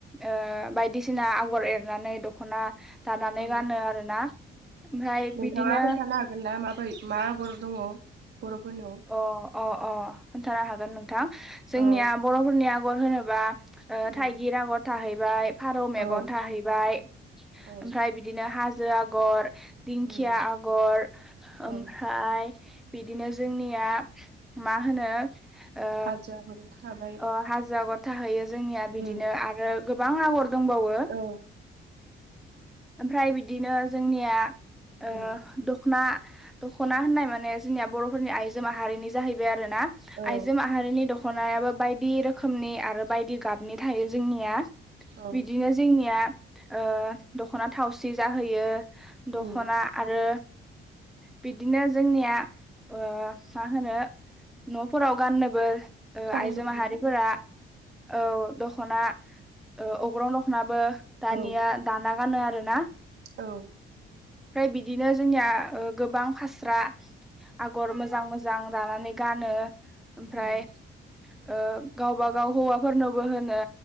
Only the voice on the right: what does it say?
ओं
नोंथाङा
खोन्थानो हागोन ना माबाय मा आगर दङ? बर'फोरनियाव
औ
उम
औ
औ
उम
औ
हारसाफोरबो थाबाय
उम
औ
उम
औ
औ
उम
थं
दख'ना
औ
औ।
उम